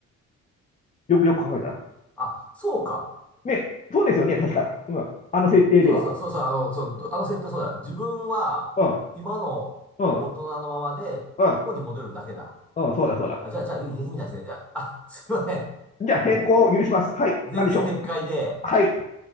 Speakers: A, on the left; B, in the centre.
A: よくよく考えたら。
B: あ、そうか。
A: ね、そうですよね、確か。うん。あの設定では。
B: そうだ、そうだ、そうだ、あの、そう、どあの設定そうだ。自分は、
A: うん、
B: 今の大人のままで、
A: うん、うん、
B: 過去に戻れるだけだ。
A: うん、そうだ、そうだ。
B: あ、じゃあ、じゃあ、いいね、意味ないですね。いや、あ、すいません。
A: じゃあ変更を許します。
B: も
A: はい。
B: う、前言撤回で、
A: 何でしょう。はい。